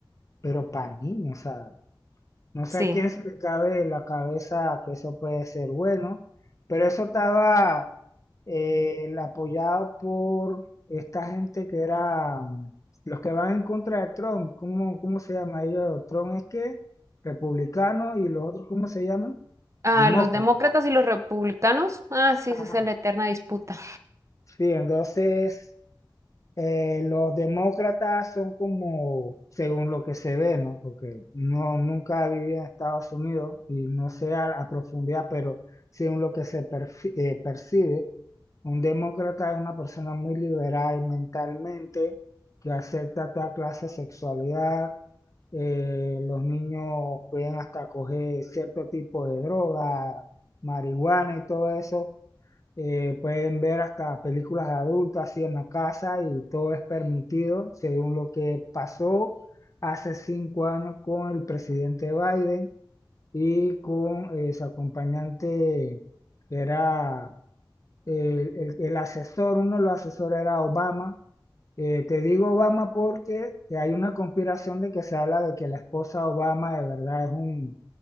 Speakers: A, on the left (about 40°); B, on the right (about 35°).
A: pero para niños, o sea, no sé
B: Sí.
A: a quién se le cabe en la cabeza que eso puede ser bueno, pero eso estaba eh, el apoyado por esta gente que era mm, los que van en contra de Trump, ¿cómo, cómo se llama ellos? Trump es que republicano y los otros, ¿cómo se llaman?
B: A
A: Demócratas.
B: los demócratas y los republicanos, ah, sí,
A: Ajá.
B: esa es la eterna disputa.
A: Sí, entonces Eh, los demócratas son como, según lo que se ve, ¿no? Porque no, nunca viví en Estados Unidos y no sé a, a profundidad, pero según lo que se perci- eh, percibe, un demócrata es una persona muy liberal mentalmente, que acepta toda clase de sexualidad, eh, los niños pueden hasta coger cierto tipo de droga, marihuana y todo eso, eh, pueden ver hasta películas adultas así en la casa y todo es permitido, según lo que pasó hace cinco años con el presidente Biden y con eh, su acompañante, era el, el- el asesor, uno de los asesores era Obama eh, te digo Obama porque hay una conspiración de que se habla de que la esposa Obama de verdad es un,